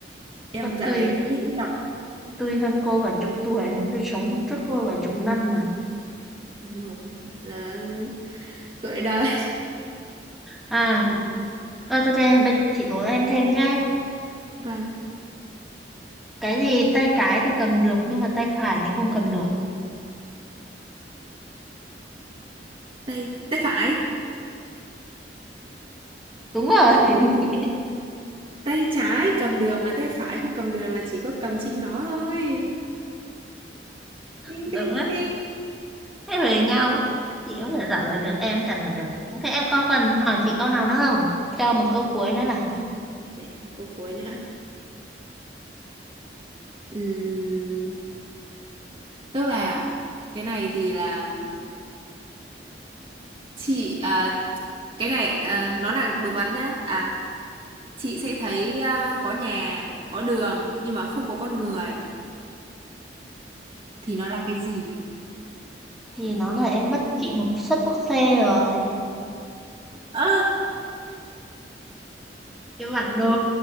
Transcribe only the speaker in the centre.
Tôi
tôi hơn cô cả chục tuổi, nên tôi sống cùng trước cô cả chục năm mà.
À, ờ, ok, bây giờ chị đố em thêm nhá.
Cái gì tay trái thì cầm được nhưng mà tay phải thì không cầm được.
Đúng rồi. <laughs>
Đúng
đấy.
Thế về nhau. Chị cũng phải trả lời được em cũng trả lời được. Ok, em có cần hỏi chị câu nào nữa không? Cho một câu cuối nữa này.
Thì nó là em mất chị một suất thuốc xe rồi.
cái bản đồ